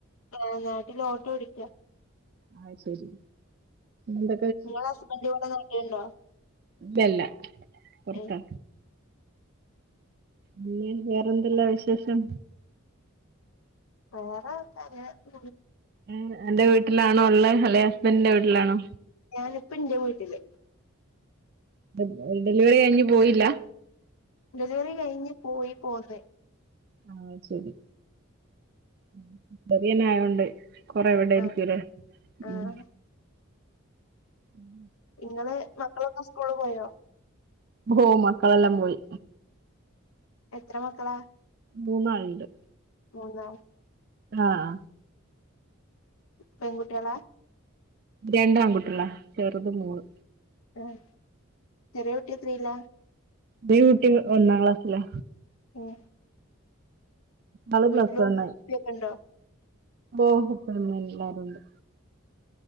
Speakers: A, on the left; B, on the right.
A: ആഹ് നാട്ടിലോട്ടോ ഓടിക്ക.
B: ആഹ് ശെരി. എന്ത
A: ങ്ങളസ്ബൻ്റ് വടെ നാട്ടില്ണ്ടോ?
B: ല്ല്യല്ലാ പൊർത്താ.
A: ഏഹ്
B: പിന്നെ, വേറെന്തല്ലാ വിശേഷം.
A: വേറെ ത്താങ്ങനെ
B: ങ്ങ് അന്റെ വീട്ട്ലാണോ ള്ളെ അല്ലേ ഹസ്ബൻ്റ്ന്റെ വീട്ട്ലാണോ?
A: ഞാന്പ്പന്റെ വീട്ട്ല്.
B: <unintelligible> ഡെലിവെറി കയിഞ്ഞ്പോയില്ലാ.
A: ഡെലിവറി കയിഞ്ഞ് പോയി പോന്ന്.
B: ആഹ്, ശെരി. ഉം റിയന്നായോണ്ട്. കൊറെവടായ്രിക്കൂലേ.
A: ആഹ് ആഹ്
B: ഉം ഉം
A: ഇങ്ങള് മക്കളൊക്കെ സ്കൂൾള് പോയോ?
B: ഹോഹ് മക്കളെല്ലം പോയി.
A: എത്ര മക്കളാ
B: മൂന്നാൾണ്ട്
A: മൂന്നാം
B: ആഹ്
A: പെങ്കുട്യോളാ
B: രണ്ടാൻകുട്ട്യോളാ ചെറുത് മോള്
A: ഉം ചെറിയൂട്ടിയെത്രീല്ല
B: ചെറിയുട്ടി ഒന്നാം ക്ലാസ്സിലാ
A: ഉം
B: ആള്
A: വീട്ടില്
B: പ്ലസ് വൺ
A: ഉമ്മേം ഉപ്പയൊക്കെ ഇണ്ടോ
B: ഓഹ് ഇപ്പന്ന എല്ലാരുണ്ട്